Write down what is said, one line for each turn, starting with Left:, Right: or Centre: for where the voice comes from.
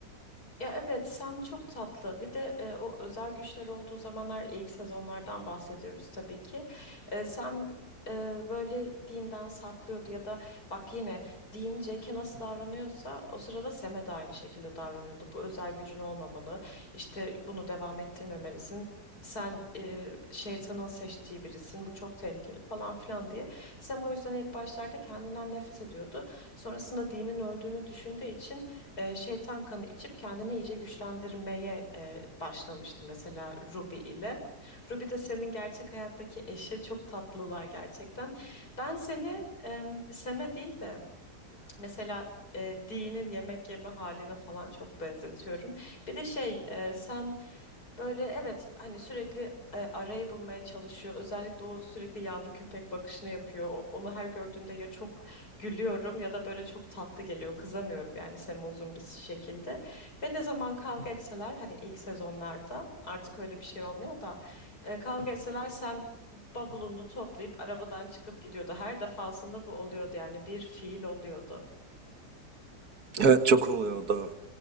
Left: Ya evet Sam çok tatlı. Bir de e, o özel güçleri olduğu zamanlar ilk sezonlardan bahsediyoruz tabii ki. E, Sam e, böyle Dean'den saklıyordu ya da bak yine Dean Jack'e nasıl davranıyorsa o sırada Sam'e de aynı şekilde davranıyordu. Bu özel gücün olmamalı. İşte bunu devam ettirmemelisin. Sen e, şeytanın seçtiği birisin. Bu çok tehlikeli falan filan diye. Sam o yüzden ilk başlarda kendinden nefret ediyordu. Sonrasında Dean'in öldüğünü düşündüğü için e, şeytan kanı içip kendini iyice güçlendirmeye e, başlamıştı mesela Ruby ile. Ruby de Sam'in gerçek hayattaki eşi çok tatlılar gerçekten. Ben seni e, Sam'e değil de Mesela e, Dee'nin yemek yeme haline falan çok benzetiyorum. Bir de şey e, Sam böyle evet hani sürekli e, arayı bulmaya çalışıyor. Özellikle o sürekli yavru köpek bakışını yapıyor. O- Onu her gördüğümde ya çok gülüyorum ya da böyle çok tatlı geliyor. Kızamıyorum yani Sam'e uzun bir şekilde. Ve ne zaman kavga etseler hani ilk sezonlarda artık öyle bir şey olmuyor da e, kavga etseler Sam bavulunu toplayıp arabadan çıkıp gidiyordu. Her defasında bu oluyordu yani bir fiil oluyordu.
Right: Evet çok oluyor o da.